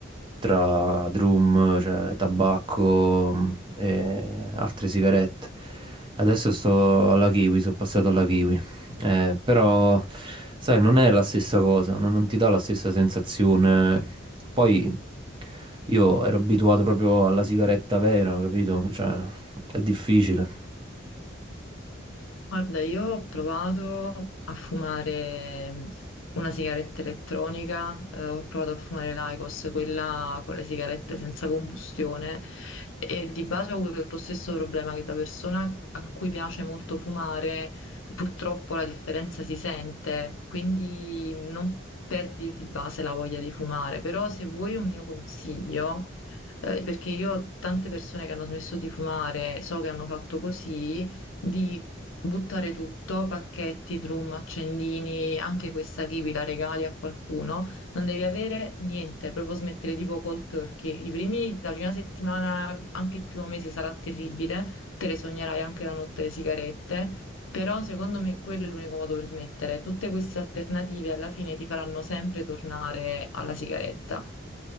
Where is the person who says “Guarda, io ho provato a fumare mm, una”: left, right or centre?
Left